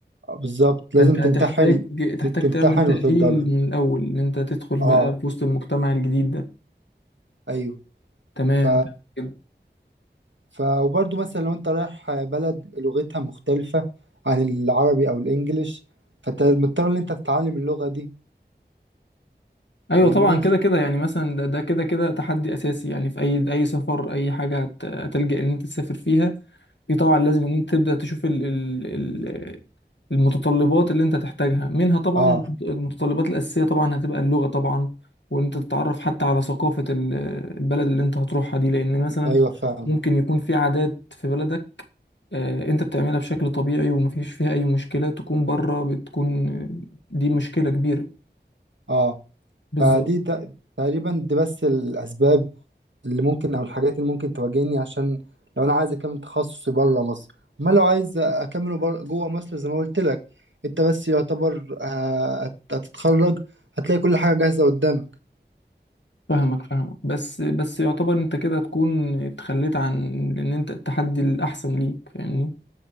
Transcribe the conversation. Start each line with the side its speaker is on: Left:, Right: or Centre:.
Right: آه، بالظبط لازم
Left: فانت
Right: تمتحن
Left: هتحتاج تحتاج
Right: تمتحن
Left: تعمل تأهيل
Right: وتتدرب
Left: من الاول ان انت تدخل
Right: اه
Left: بقى في وسط المجتمع الجديد ده
Right: ايوه
Left: تمام
Right: ف
Left: كده.
Right: ف وبرضه مثلا لو انت رايح بلد لغتها مختلفة عن العربي او الانجليش فانت مضطر ان انت تتعلم اللغة دي
Left: ايوه
Right: فاهمني
Left: طبعا كده كده يعني مثلا ده ده كده كده تحدي اساسي يعني في اي اي سفر اي حاجه هت- هتلجأ ان انت تسافر فيها في طبعا لازم ان انت تبدا تشوف ال ال ال المتطلبات اللي انت تحتاجها منها طبعا
Right: اه
Left: المتطلبات الاساسيه طبعا هتبقى اللغه طبعا وان انت تتعرف حتى على ثقافه ال- البلد اللي انت هتروحها دي لان مثلا
Right: ايوه فاهم
Left: ممكن يكون في عادات في بلدك آه، انت بتعملها بشكل طبيعي ومفيش فيها اي مشكله تكون بره بتكون آه، دي مشكله كبيره
Right: اه
Left: بالظبط
Right: فدي ت- تقريبا دي بس الاسباب اللي ممكن او الحاجات اللي ممكن تواجهني عشان لو انا عايز اكمل تخصصي بره مصر امال لو عايز اكمله بر- جوه مصر زي ما قلت لك انت بس يعتبر آه، هت- هتتخرج هتلاقي كل حاجة جاهزة قدامك
Left: فاهمك فاهمك بس بس يعتبر انت كده تكون اتخليت عن ان انت التحدي الاحسن ليك فاهمني